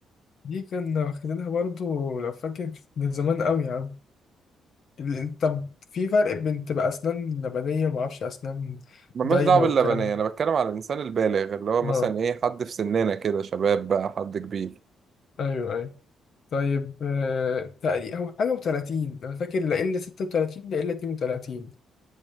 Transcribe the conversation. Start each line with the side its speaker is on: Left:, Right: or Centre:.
Left: دي كنا واخدينها برضو لو فاكر من زمان قوي يا عم ال- طب في فرق بين تبقى اسنان لبنية ومعرفش اسنان
Right: ملناش
Left: دايمة
Right: دعوة باللبنية
Left: والكلام ده
Right: أنا بتكلم على الإنسان البالغ اللي هو
Left: اه
Right: مثلا إيه حد في سننا كده شباب بقى حد كبير
Left: ايوه ايوه طيب آه تقريبا هو حاجة وتلاتين انا فاكر لا الا ستة وتلاتين لا الا اتنين وتلاتين